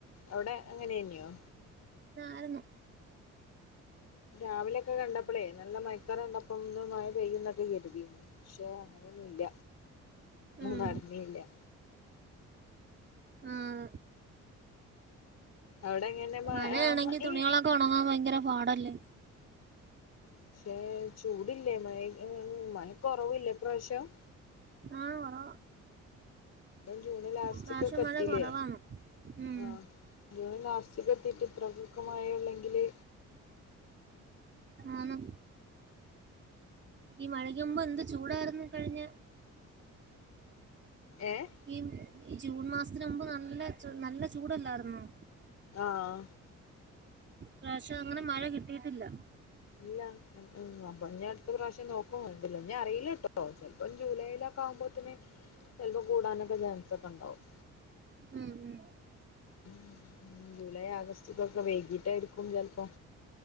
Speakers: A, on the left (about 60°); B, on the right (about 35°).
A: അവിടെ അങ്ങനെയന്നെയോ
B: ആറുന്നു
A: രാവിലെയൊക്കെ കണ്ടപ്പോളേ നല്ല മയക്കറ കണ്ടപ്പ മ പെയ്യന്നൊക്കെ കരുതിനി പക്ഷേ അങ്ങനെ ന്നില്ല
B: ഉം
A: നടന്നില്ല
B: ആഹ
A: അവിടെ എങ്ങനെ മ
B: മഴയാണെങ്കി
A: ആ മ
B: തുണികളൊക്കെ
A: ഈ
B: ഉണങ്ങാൻ ഭയങ്കര പാടല്ലേ
A: പക്ഷെ ചൂടല്ലേ മഴ മഴക്കുറവില്ല പ്രാവശ്യം
B: ആഹ് കൊറവാ
A: ജൂണ ലാസ്റ്റ്ക്കൊക്കെ
B: ഇപ്രാവശ്യം മഴ
A: ത്തില്ലേ
B: കൊറവാണ് ഉം
A: ആ ജൂണ ലാസ്റ്റ് തീട്ട് ഇത്രക്കൊക്കെ മായുള്ളെങ്കില്
B: ആന്ന് ഈ മഴക്ക് മുമ്പ് എന്ത് ചൂടായിർന്ന് കഴിഞ്ഞ
A: ഏഹ്
B: ഈ ജൂൺ മാസത്തിന മുമ്പ് നല്ല നല്ല ചൂടല്ലായിരുന്നു
A: ആഹ
B: പ്രാവശ്യം അങ്ങനെ മഴ കിട്ടിയിട്ടില്ല
A: ഇല്ല അപ്പൊ അടുത്ത പ്രാവശ്യം നോക്കും എല്ല ഞാ അറിയില്ല കേട്ടോ ചപ്പോ ജൂലൈല ആവുമ്പോതിന് ചലപ്പോ കൂടാനൊക്കെ ചാൻസ ഒക്കെ ഉണ്ടാവും
B: ഉം ഉം
A: ഉം ജൂലൈ ആഗസ്റ്റ് ഇതൊക്കെ വേകിട്ടായിരിക്കും ചിലപ്പോ